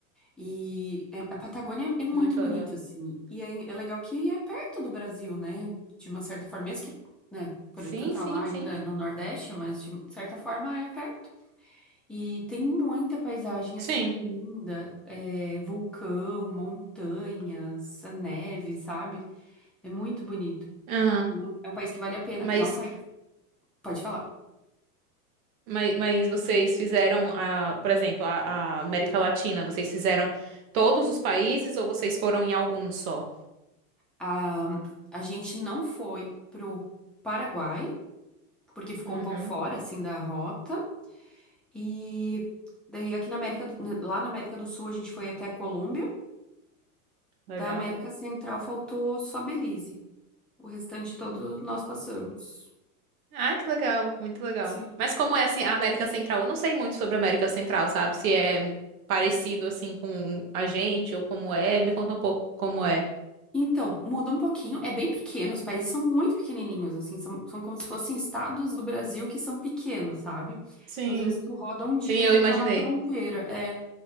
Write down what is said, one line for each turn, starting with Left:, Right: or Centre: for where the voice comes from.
Centre: E é- a Patagônia é, é muito
Right: Muito
Centre: bonita,
Right: legal.
Centre: assim. E é, é legal que é perto do Brasil, né? De uma certa forma, mesmo que, né, por,
Right: Sim,
Centre: tu tá
Right: sim,
Centre: lá ainda
Right: sim.
Centre: no Nordeste, mas de certa forma é perto. E tem muita paisagem,
Right: Sim.
Centre: assim, linda. É, vulcão, montanhas, a neve, sabe? É muito bonito.
Right: Aham.
Centre: Então, É um país que vale a pena.
Right: Mas
Centre: E é um país... Pode falar.
Right: Mas, mas vocês fizeram, a, por exemplo, a, a América Latina, vocês fizeram todos os países ou vocês foram em algum só?
Centre: A, a gente não foi pro Paraguai, porque ficou
Right: Uhum,
Centre: um pouco fora, assim, da rota. E daí aqui na América, do- na- lá na América do Sul a gente foi até a Colômbia.
Right: legal.
Centre: Da América Central faltou só Belize. O restante todo nós passamos.
Right: Ai, que legal, muito legal.
Centre: Sim.
Right: Mas como é assim, a América Central? Eu não sei muito sobre a América Central, sabe? Se é parecido assim com a gente ou como é. Me conta um pouco como é.
Centre: Então, muda um pouquinho. É bem pequeno, os países são muito pequenininhos, assim, são, são como se fossem estados do Brasil que são pequenos, sabe?
Right: Sim,
Centre: Então, às vezes, tu roda um dia,
Right: sim, eu
Centre: já
Right: imaginei.
Centre: tá na fronteira. É.